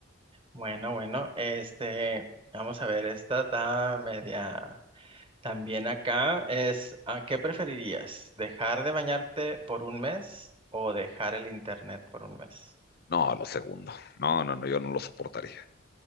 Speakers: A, on the right; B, on the left.
A: Bueno, bueno, este, vamos a ver, esta está media. También acá es, ¿a qué preferirías? ¿Dejar de bañarte por un mes o dejar el internet por un mes?
B: No, lo segundo. No, no, no, yo no lo soportaría.